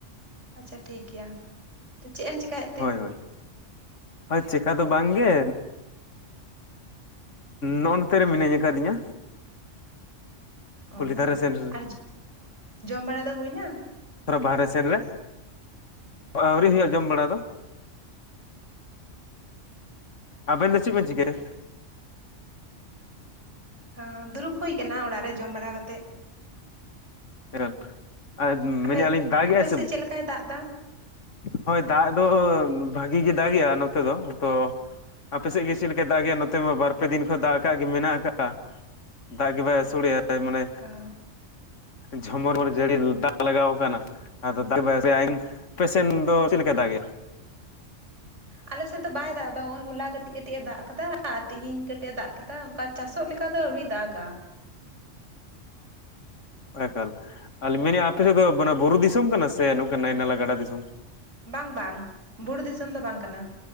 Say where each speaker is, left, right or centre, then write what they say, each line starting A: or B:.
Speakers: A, on the right; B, on the left.
A: ᱟᱪᱪᱷᱟ ᱴᱷᱤᱠ ᱜᱮᱭᱟ᱾ ᱛᱚ ᱪᱮᱫ ᱮᱢ ᱪᱮᱠᱟᱭ᱾
B: ᱦᱳᱭ ᱦᱳᱭ, ᱪᱮᱠᱟ ᱫᱚ ᱵᱟᱝᱜᱮ᱾ ᱱᱚᱜᱼ ᱱᱚᱛᱮ ᱨᱮ ᱢᱤᱱᱟᱧᱟ ᱠᱟᱫᱤᱧᱟ᱾
A: ᱚᱻ
B: ᱫᱷᱟᱨᱮ ᱥᱮᱱ ᱨᱮ
A: ᱟᱨ ᱡᱚᱢ ᱵᱟᱲᱟ ᱫᱚ ᱦᱩᱭ ᱱᱟ᱾
B: ᱛᱚᱲᱟ ᱵᱟᱦᱨᱮ ᱥᱮᱱ ᱨᱮ, ᱟᱹᱣᱨᱤ ᱦᱩᱭᱩᱜᱼᱟ ᱡᱚᱢ ᱵᱟᱲᱟ ᱫᱚ᱾ ᱟᱵᱮᱱ ᱫᱚ ᱪᱮᱫ ᱵᱮᱱ ᱪᱤᱠᱟᱹᱭ᱾
A: ᱦᱮᱸ, ᱫᱩᱲᱩᱵ ᱦᱩᱭ ᱠᱟᱱᱟ ᱚᱲᱟᱜ ᱨᱮ ᱡᱚᱢ ᱵᱟᱲᱟ ᱠᱟᱛᱮᱜ᱾
B: <unintelligible> ᱟᱨ
A: ᱟᱯᱮ
B: ᱢᱮᱱᱮᱜᱼᱟᱞᱤᱧ ᱫᱟᱜᱮᱼᱟᱭ
A: ᱟᱯᱮ
B: ᱥᱮ᱾
A: <unintelligible> ᱫᱟᱜ ᱫᱟ᱾
B: ᱦᱳᱭ ᱫᱟᱜ ᱫᱚ ᱵᱷᱟᱜᱤ ᱜᱮ ᱫᱟᱜᱮᱼᱟ ᱱᱚᱛᱮ ᱫᱚ, ᱛᱚ ᱟᱯᱮᱥᱮᱫ ᱜᱮ ᱪᱮᱫ ᱞᱮᱠᱟ ᱫᱟᱜ ᱜᱮᱼᱟ ᱱᱚᱛᱮ ᱢᱟ ᱵᱟᱨ ᱯᱮ ᱫᱤᱱ ᱠᱷᱚᱱ ᱫᱟᱜ ᱟᱠᱟ ᱜᱮ ᱢᱮᱱᱟᱜ ᱟᱠᱟᱫᱟ᱾ ᱫᱟᱜ ᱜᱮ ᱵᱟᱭ ᱟᱹᱥᱟᱲᱮᱟᱭ ᱢᱟᱱᱮ
A: ᱚ
B: ᱡᱷᱚᱢᱚᱨ ᱡᱟᱹᱲᱤ ᱫᱟᱜ ᱞᱟᱜᱟᱣ ᱠᱟᱱᱟ ᱟᱫᱚ ᱫᱟᱜ <unintelligible> ᱟᱯᱮ ᱥᱮᱱ ᱫᱚ ᱪᱮᱜ ᱞᱮᱠᱟ ᱫᱟᱜᱮᱟᱭ?
A: ᱟᱞᱮ ᱥᱮᱫ ᱫᱚ ᱵᱟᱭ ᱫᱟᱜ ᱫᱟ ᱦᱚᱜᱼᱚᱭ ᱦᱚᱞᱟ ᱠᱟᱹᱴᱤᱡ ᱠᱟᱹᱴᱤᱡ ᱮ ᱫᱟᱜ ᱠᱟᱫᱟ ᱛᱮᱦᱤᱧ ᱠᱟᱹᱴᱤᱡ ᱮ ᱫᱟᱜ ᱠᱮᱫᱟ ᱚᱱᱠᱟ ᱪᱟᱥᱚᱜ ᱞᱮᱠᱟ ᱫᱚ ᱟᱣᱨᱤ ᱫᱟᱜᱟ᱾
B: ᱮᱠᱟᱞ, ᱟᱨᱤᱧ ᱢᱮᱱᱮᱫᱼᱟ ᱟᱯᱮ ᱥᱮᱫ ᱫᱚ ᱵᱩᱨᱩ ᱫᱤᱥᱚᱢ ᱠᱟᱱᱟ ᱥᱮ ᱱᱚᱝᱠᱟ ᱱᱟᱭ ᱱᱟᱞᱟ ᱜᱟᱰᱟ ᱫᱤᱥᱚᱢ?
A: ᱵᱟᱝ ᱵᱟᱝ ᱵᱩᱨᱩ ᱫᱤᱥᱚᱢ ᱫᱚ ᱵᱟᱝ ᱠᱟᱱᱟ᱾